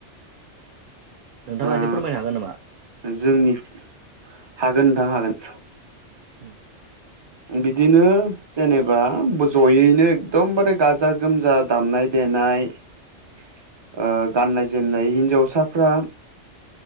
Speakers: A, on the right; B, on the right.
A: नोंथाङा
B: ओ
A: एसे फोरमायनो हागोन नामा
B: जोंनि हागोन नोंथां हागोन
A: उम
B: बिदिनो जेनेबा जयैनो एकदमबारे गाजा गोमजा दामनाय देनाय ओ गाननाय जोमनाय हिन्जावसाफ्रा